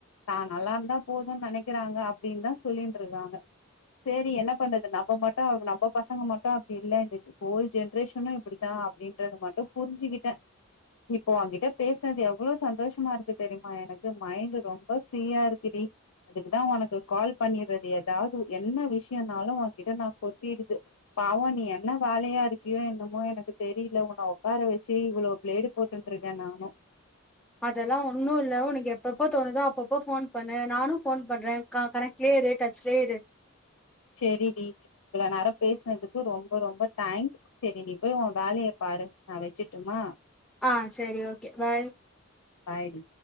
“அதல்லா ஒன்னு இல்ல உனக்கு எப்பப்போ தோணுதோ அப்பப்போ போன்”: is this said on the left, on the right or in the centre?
Centre